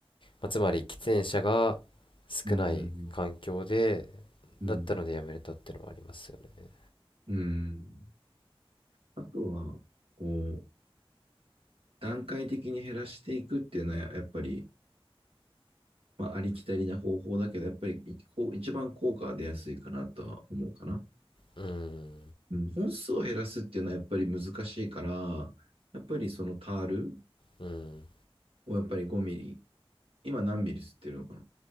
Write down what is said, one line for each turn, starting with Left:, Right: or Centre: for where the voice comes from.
Left: まあ、つまり喫煙者が少ない環境で、
Right: うん。うん。
Left: だったので辞めれたってのはありますよね。
Right: うん。あとは、こう、段階的に減らしていくっていうのは、やっぱり、まあ、ありきたりな方法だけど、やっぱり一こう一番効果が出やすいかなとは思うかな。
Left: うーん、
Right: うん、本数を減らすっていうのはやっぱり難しいから、やっぱりそのタール
Left: うん。
Right: をやっぱり5ミリ、今何ミリ吸ってるのかな